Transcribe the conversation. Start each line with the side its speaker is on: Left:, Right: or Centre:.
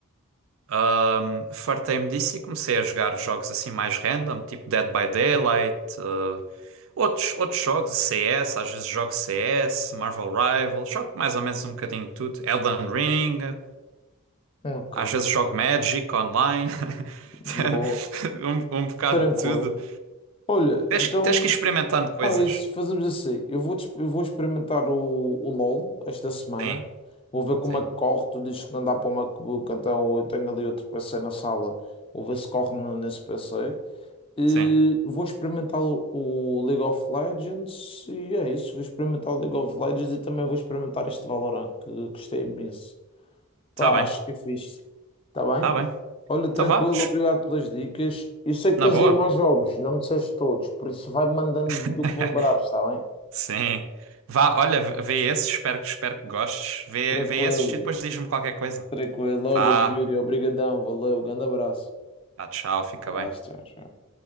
Right: Ahm, fartei-me disso e comecei a jogar jogos assim mais random, tipo Dead by Daylight, ah, outros, outros jogos, CS, às vezes jogo CS, Marvel Rivals, jogo mais ou menos um bocadinho de tudo, Elden Ring,
Left: Ok,
Right: às vezes jogo Magic online, <laughs>
Left: boa,
Right: um, um bocado
Left: tranquilo.
Right: de tudo.
Left: Olha,
Right: Tens,
Left: então,
Right: que- tens que ir experimentando coisas.
Left: ah, é isso, fazemos assim. Eu vou, des- eu vou experimentar o, o LOL esta semana.
Right: Sim.
Left: Vou ver como
Right: Sim,
Left: é que corre. Tu dizes que não dá para o MacBook, então eu tenho ali outro PC na sala. Vou ver se corre no- nesse PC. Eh,
Right: sim.
Left: vou experimentar o o League of Legends e é isso. Vou experimentar o League of Legends e também vou experimentar este Valorant que gostei imenso. Pá,
Right: Tá bem,
Left: acho que é fixe. Está bem?
Right: tá bem.
Left: Olha, tranquilo,
Right: Então vá, sh-
Left: obrigado pelas dicas. Eu sei que
Right: na
Left: tens
Right: boa.
Left: aí mais jogos, não me disseste todos, por isso vai-me mandando
Right: <laughs>
Left: do que lembrares, está bem?
Right: Sim. Vá, olha, vê esse, espero, que- espero que gostes. Vê,
Left: Tranquilo,
Right: vê esse e depois diz-me qualquer coisa.
Left: tranquilo. Olha,
Right: Vá,
Left: Yuri, obrigadão, valeu, grande abraço.
Right: vá, tchau, fica
Left: Abraço,
Right: bem.
Left: tchau, tchau.